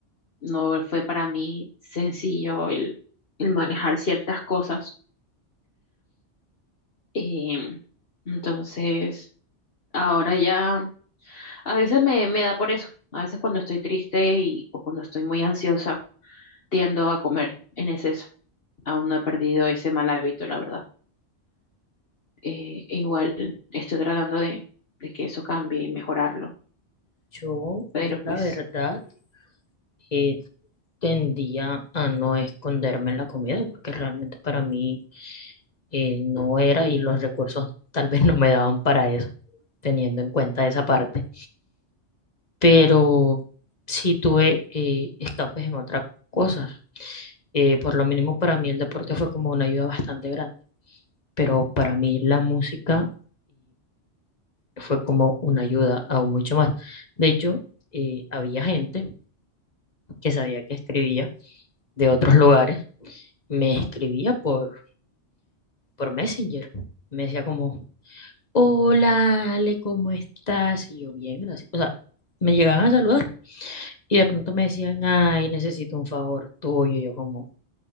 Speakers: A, on the left; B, on the left.
A: no fue para mí sencillo el, el manejar ciertas cosas. Em, entonces, ahora ya a veces me, me da por eso. A veces cuando estoy triste y, o cuando estoy muy ansiosa, tiendo a comer en exceso. Aún no he perdido ese mal hábito, la verdad. Eh, e igual estoy tratando de, de que eso cambie y mejorarlo,
B: yo,
A: pero
B: yo
A: pues,
B: la verdad eh, tendía a no esconderme en la comida porque realmente para mí eh, no era y los recursos tal vez no me daban para eso, teniendo en cuenta esa parte. Pero sí tuve eh, escapes en otras cosas. Eh, por lo mínimo para mí el deporte fue como una ayuda bastante grande, pero para mí la música fue como una ayuda aún mucho más. De hecho, eh, había gente que sabía que escribía de otros lugares, me escribía por, por Messenger. Me decía como, hola Ale, ¿cómo estás? Y yo, bien, gracias. O sea, me llegaban a saludar y de pronto me decían, ay, necesito un favor tuyo. Y yo como,